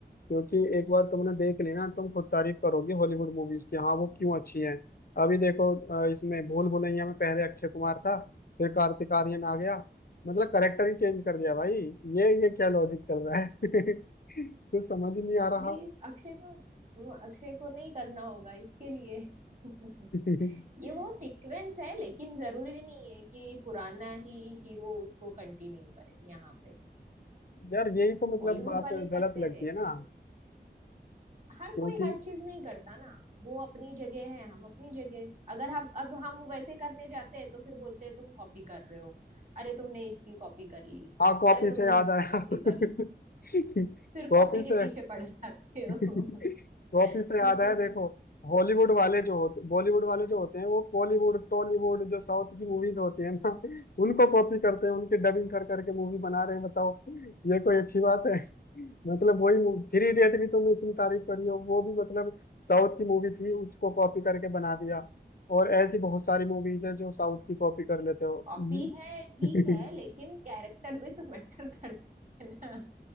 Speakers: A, on the left; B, on the right.
A: क्योंकि एक बार तुमने देख ली ना तुम खुद तारीफ करोगे हॉलीवुड मूवीज की हाँ वो क्यों अच्छी हैं अभी देखो अ, इसमें भूल भुलैया में पहले अक्षय कुमार था फिर कार्तिक आर्यन आ गया मतलब करेक्टर ही चेंज कर दिया भाई ये ये क्या लॉजिक चल रहा है <laughs> कुछ समझ ही नहीं आ रहा
B: भी अक्षय को हम्म, अक्षय को नहीं करना होगा इसके लिए <laughs>
A: <laughs>
B: ये वो सीक्वेंस है लेकिन जरूरी नहीं है कि पुराना ही हीरो उसको कंटिन्यू करे यहाँ पे
A: यार यही तो मतलब
B: बॉलीवुड
A: बात
B: वाले करते
A: गलत लगती
B: हैं
A: है ना
B: कंटिन्यू हर
A: क्योंकि
B: कोई हर चीज नहीं करता ना वो अपनी जगह है हम अपनी जगह अगर हम अब हम वैसे करने जाते हैं तो फिर बोलते हैं तुम कॉपी कर रहे हो अरे तुमने इसकी कॉपी कर ली
A: हाँ कॉपी
B: अरे
A: से
B: तुमने
A: याद
B: उसकी
A: आया
B: कॉपी
A: <laughs>
B: कर ली फिर
A: कॉपी
B: कॉपी
A: से
B: के पीछे पड़ जाते हो
A: कॉपी
B: <laughs>
A: से याद आया देखो हॉलीवुड वाले जो होते बॉलीवुड वाले जो होते हैं वो बॉलीवुड टॉलीवुड जो साउथ की मूवीज होती है ना उनको कॉपी करते हैं उनकी डबिंग कर करके मूवी बना रहे हैं बताओ ये कोई अच्छी बात है मतलब वही थ्री इडियट भी तुम इतनी तारीफ करी हो वो भी मतलब साउथ की मूवी थी उसको कॉपी करके बना दिया और ऐसी बहुत सारी मूवीज हैं जो साउथ की कॉपी कर लेते हो
B: कॉपी
A: ये-
B: है ठीक
A: <laughs>
B: है लेकिन कैरेक्टर भी तो मैटर करता है ना